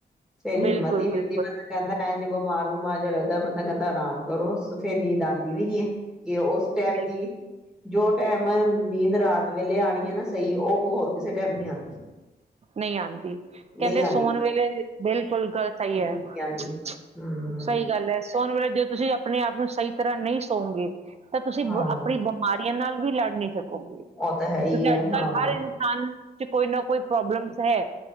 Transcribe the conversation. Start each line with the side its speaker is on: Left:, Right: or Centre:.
Centre: ਫੇਰ ਹਿੰਮਤ
Right: ਬਿਲਕੁਲ
Centre: ਹੀ
Right: ਬਿਲਕੁਲ
Centre: ਨਈਂ ਹੁੰਦੀ ਬੰਦਾ ਕਹਿੰਦਾ ਏਂਜ ਬਿਮਾਰ ਬਮਾਜ ਰਹਿੰਦਾ ਬੰਦਾ ਕਹਿੰਦਾ ਰਾਮ ਕਰੋ ਸ ਫੇਰ ਨੀਂਦ ਆਂਦੀ ਵੀ ਨੀਂ ਐ। ਕਿ ਉਸ ਟਾਈਮ
Right: ਬਿਲਕੁਲ
Centre: ਦੀ ਜੋ ਟਾਈਮ ਨੀਂਦ ਰਾਤ ਵੇਲੇ ਆਣੀ ਐਨਾ ਸਹੀ ਉਹ ਹੋਰ ਕਿਸੇ ਟਾਈਮ ਨੀ ਆਂਦੀ।
Right: ਨਹੀਂ ਆਂਦੀ ਕਹਿੰਦੇ
Centre: ਨਹੀਂ ਆਂਦੀ
Right: ਸੋਣ ਵੇਲੇ ਬਿਲਕੁਲ ਗਲ ਸਹੀ
Centre: ਨਹੀਂ
Right: ਐ,
Centre: ਆਂਦੀ
Right: ਸਹੀ
Centre: ਹਮ
Right: ਗੱਲ ਐ, ਸੋਣ ਵੇਲੇ ਜ ਤੁਸੀਂ ਆਪਣੇ ਆਪ ਨੂੰ ਸਹੀ ਤਰ੍ਹਾਂ ਨਹੀਂ ਸੋਂਉਗੇ ਤਾਂ ਤੁਸੀਂ ਬ
Centre: ਹਾਂ
Right: ਆਪਣੀ ਬਿਮਾਰੀਆਂ ਨਾਲ ਵੀ ਲੜ ਨਹੀਂ ਸਕ
Centre: ਉਹ ਤਾਂ ਹੈ ਹੀ
Right: ਤੁਸੀਂ
Centre: ਹੈ
Right: ਅੱਜ
Centre: ਹਾਂ
Right: ਕੱਲ੍ਹ ਹਰ ਇਨਸਾਨ ਚ ਕੋਈ ਨਾ ਕੋਈ ਪ੍ਰੋਬਲਮਸ ਹੈ।